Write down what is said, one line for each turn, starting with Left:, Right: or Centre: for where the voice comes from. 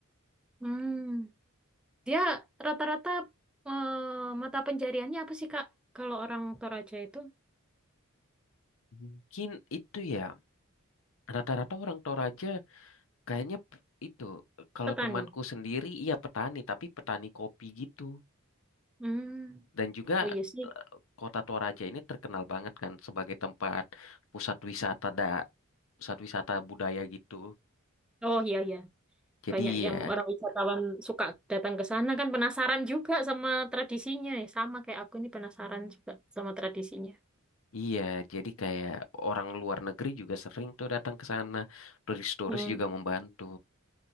Centre: Hmm, dia rata-rata eh, mata pencariannya apa sih Kak? Kalau orang Toraja itu?
Left: Mungkin itu ya, rata-rata orang Toraja kayaknya p- itu kalau
Centre: petani.
Left: temanku sendiri iya petani tapi petani kopi gitu.
Centre: Hmm.
Left: Dan juga
Centre: Oh iya sih.
Left: eh, Kota Toraja ini terkenal banget kan sebagai tempat pusat wisata da pusat wisata budaya gitu.
Centre: Oh iya iya.
Left: Jadi
Centre: Banyak yang
Left: ya
Centre: orang wisatawan suka datang ke sana kan penasaran juga sama tradisinya ya. Sama kayak aku ini penasaran juga sama tradisinya.
Left: iya jadi kayak orang luar negeri juga sering tuh datang ke sana. Turis-turis
Centre: Hmm.
Left: juga membantu.